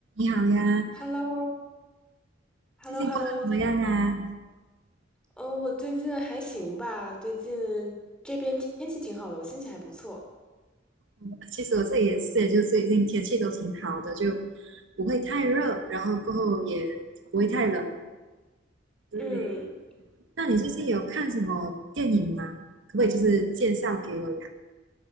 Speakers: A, on the right; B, in the centre.
A: 你好呀，
B: h e l l o h
A: 最近过得怎么样啊？
B: e l l o h e l l o 哦，我最近还行吧，最近这边天气挺好的，我心情还不错。
A: 嗯其实我这里也是，就最近天气都挺好的，就不会太热，然后过后也不会太冷。对，
B: 嗯，
A: 那你最近有看什么电影吗？可不可以就是介绍给我呀？